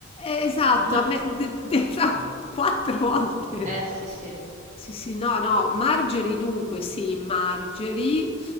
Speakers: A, on the left; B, on the right.
A: Eh, esatto,
B: <laughs>
A: a me... de- de- no, <laughs> quattro volte.
B: Eh sì, sì.
A: Sì, sì, no, no, Margery dunque, sì, Margery.